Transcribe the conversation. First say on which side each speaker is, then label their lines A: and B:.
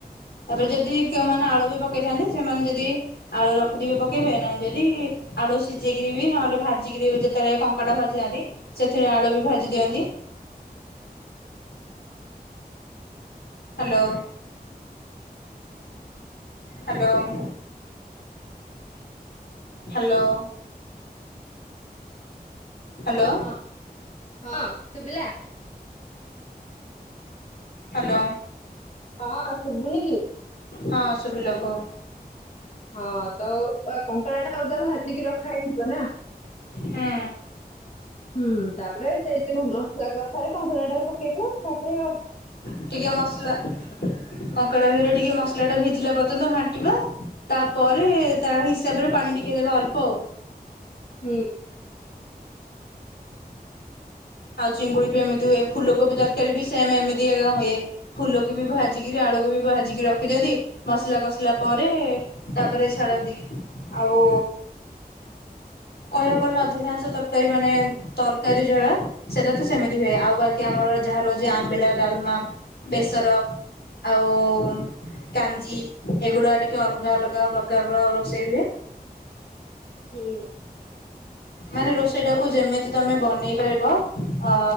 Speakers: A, on the left; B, on the left.
A: ତାପରେ ଯଦି କେଉଁମାନେ ଆଳୁ ବି ପକେଇଥାନ୍ତି ସେମାନେ ଯଦି ଆଳୁ ରଖିଥିବି ପକେଇବେ ନାହିଁ ଯଦି ଆଳୁ ସିଝେଇକିରି ବି ନହେଲେ ଭାଜିକରି ଯେତେବେଳେ କଙ୍କଡା ଭା ଞ୍ଚା ବି ସେଥିରେ ଆଳୁ ବି ଭାଜି ଦିଅନ୍ତି। ହ୍ୟାଲୋ। ହ୍ୟାଲୋ। ହ୍ୟାଲୋ। ହ୍ୟାଲୋ
B: ଓହଁ ହଁ, ଶୁଭିଲା?
A: ହ୍ୟାଲୋ।
B: ହଁ ଶୁଭୁନି କି?
A: ହଁ ଶୁଭିଲା, କହ।
B: ହଁ ତ କଙ୍କଡା ଟା ଅଲଗା ଭାଜିକି ରଖା ହେଇଥିବ, ନା?
A: ହୁଁ
B: ହୁଁ ତାପରେ ସେଇ ଯୋଉ ମସଲା କସାରେ କଙ୍କଡା ଟା ପକେଇବ ତାପରେ ଅ
A: ଟିକେ ମସଲା କଙ୍କଡା ଦିହରେ ଟିକେ ମସ ମସଲା ଟା ଭିଜିଲା ପର୍ଯ୍ୟନ୍ତ ଘାଣ୍ଟିବା, ତାପରେ ତା ହିସାବରେ ପାଣି ଟିକେ ଦେବା ଅଳ୍ପ ଆଉ।
B: ହୁଁ।
A: ଆଉ ଚିଙ୍ଗୁଡି ବି ଏମିତି ହୁଏ ଫୁଲକୋବି ତରକାରୀ ବି ସେମ ଏମିତି ହିଁ ହୁଏ। ଫୁଲକୁ ବି ଭାଜିକରି ଆଳୁକୁ ବି ଭାଜିକି ରଖି ଦିଅନ୍ତି। ମସଲା କଷିଲା ପରେ ତାପରେ ଛାଡନ୍ତି ଆଉ କହିବାକୁ ଗଲେ ଅଧିକାଂଶ ତରକାରୀ ମାନେ, ତରକାରୀ ଯାହା ସେଟା ତ ସେମିତି ହୁଏ, ଆଉ ବାକି ଆମର ଯାହା ରହୁଛି ଆମ୍ବିଳା ଡାଲମା, ବେସର ଆଉ କାଞ୍ଜି ଏଗୁଡା ଟିକେ ଅଲଗା ଅଲଗା ପ୍ରକାରର ରୋଷେଇ ହୁଏ।
B: ହୁଁ।
A: ମାନେ ରୋଷେଇ ଟାକୁ ଯେମିତି ତମେ ବନେଇ ପାରିବ। ଅ